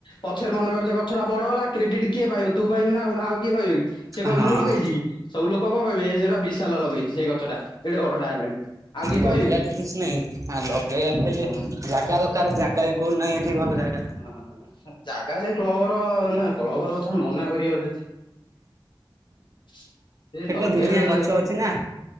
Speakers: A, on the left (about 65°); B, on the right (about 40°).
A: ପଛରେ ମନେ କରିଛ ଗଛଟା ବଡ ହେଲା କ୍ରେଡିଟ୍ କିଏ ପାଇବ ତୁ ପାଇବୁ ନା ଆଉ କିଏ ପାଇବ କି। ସେ କହିବି
B: ହଁ
A: ମୁଁ ଲଗେଇଛି କି ସବୁ ଲୋକ କଣ କହିବେ ଏଇ ସେଇଟା ବିଶାଲ ଲଗେଇଛି ସେଇ ଗଛ ଟା ଏଡେ ବଡ ଟା ହେଲାଣି। ଆଉ କିଏ
B: ଲଗେଇବା
A: କହିବେ କି
B: ଟ କିଛି ନାହିଁ ଆ ଲଗେଇବାକୁ ହେଲେ
A: ହଁ
B: ଜାଗା ଦରକାର ଜାଗା ବି କୋଉୁ ନାହିଁ ଏଠି ଭଲ ଜାଗା
A: ହଁ ଜାଗା ସେ ଲର ନା ପଲହବର କଥା ମନା କର ଯି ସେଇ
B: ସେଠି
A: ଲଗେଇ
B: ତ ଦୁନିଆ ଗଛ ଅଛି ନା